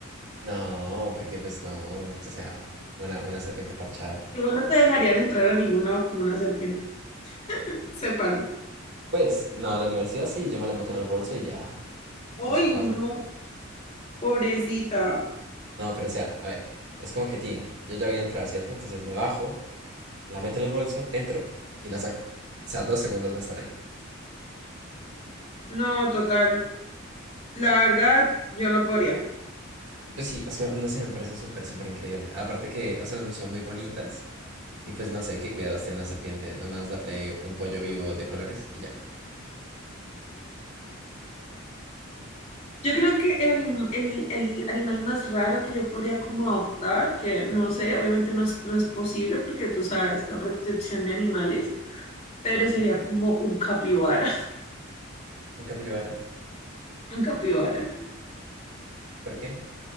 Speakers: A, on the right (about 60°); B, on the left (about 30°).
A: No, porque pues no, o sea, una, una serpiente parchada.
B: Igual no te dejarían entrar a ningún lado con una serpiente. <laughs> Sépalo.
A: Pues no, a la universidad sí, yo me la meto en el bolso y ya,
B: Ay,
A: eso pasa.
B: no, pobrecita.
A: No, pero o sea, a ver, es como que Tin, yo ya voy a entrar, ¿cierto? Entonces me bajo, la meto en el bolso, entro y la saco. O sea, dos segundos va a estar ahí.
B: No, total. La verdad, yo no podría.
A: Yo sí, es que no sé, me parece súper, súper increíble. Aparte que, o sea, son muy bonitas y pues no sé qué cuidados tiene una serpiente, nomás darle un pollo vivo de colores y ya.
B: Yo creo que el, anim- el, el animal más raro que yo podría como adoptar, que no sé, obviamente no es, no es posible porque tú sabes la protección de animales,
A: Ajá.
B: pero sería como un capibara. <laughs>
A: ¿Un capibara?
B: Un capibara.
A: ¿Por qué?